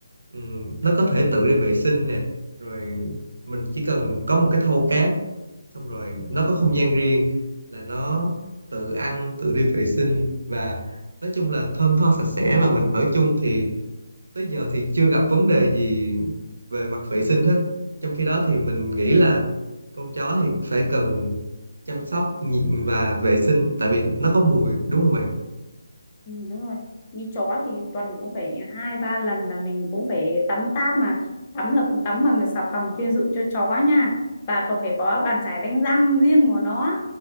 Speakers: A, on the right; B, on the left.
A: ừm, nó có thể tự đi vệ sinh nè rồi mình chỉ cần có một cái thau cát xong rồi nó có không gian riêng là nó tự ăn tự đi vệ sinh và nói chung là thơm tho sạch sẽ và mình ở chung thì tới giờ thì chưa gặp vấn đề gì về mặt vệ sinh hết trong khi đó thì mình nghĩ là con chó thì phải cần chăm sóc nhị- và vệ sinh tại vì nó có mùi đúng không bạn
B: Ừ, đúng rồi như chó thì tuần cũng phải hai ba lần là mình cũng phải tắm táp mà tắm là cũng tắm bằng xà phòng chuyên dụng cho chó nha và còn phải có bàn chải đánh răng riêng của nó